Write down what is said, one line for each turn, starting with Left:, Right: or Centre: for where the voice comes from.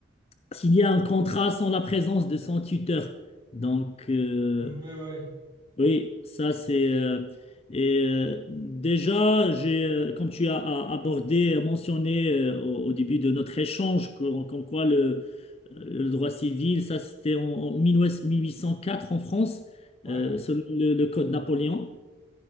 Left: signer un contrat sans la présence de son tuteur. Donc, euh,
Right: Mhm, ouais, ouais,
Left: oui, ça c'est... euh, et euh, déjà, j'ai, euh, comme tu as a- abordé, mentionné euh, au, au début de notre échange, que- comme quoi le, euh, le droit civil, ça c'était en, en mille huit cent quatre en France,
Right: ouais.
Left: euh, selon le, le Code Napoléon.